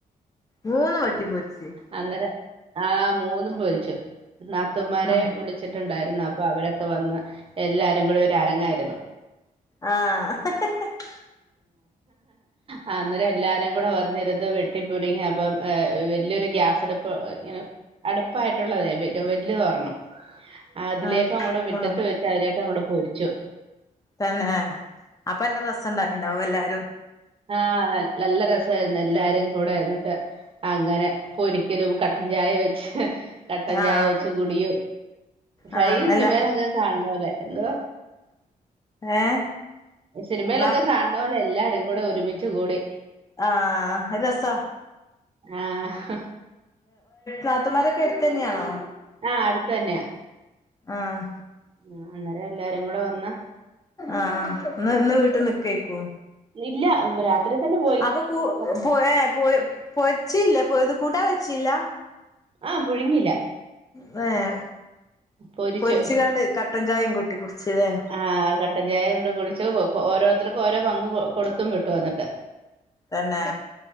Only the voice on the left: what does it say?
മൂന്ന് വട്ടി പോരിച്ച്
ആഹ്
ആഹ് <unintelligible>
ആഹ്
കൊള്ളാം
തന്നെ അപ്പൊ എല്ലാം രസം ഉണ്ടായി എല്ലാരും
ആഹ്
ആഹ് നല്ല
ഏഹ്
ന
ആഹ് അത് രസ
നാത്തുമാരൊക്കെ എടുത്തു തന്നെയാണോ
ആഹ്
ആഹ് ആഹ് ഇന്ന് വീട്ടിൽ നിക്കേക്കൂ
അപ്പൊ കൂ
പോ ഏയ് പോയി പൊയിച്ചിട്ടില്ല കൂട്ടാൻ വെച്ചില്ല
വേയ്
പൊരിച്ച് കാണ്ട് കട്ടൻ ചായയും കൂട്ടി കുടിച്ചതേ
തന്നെ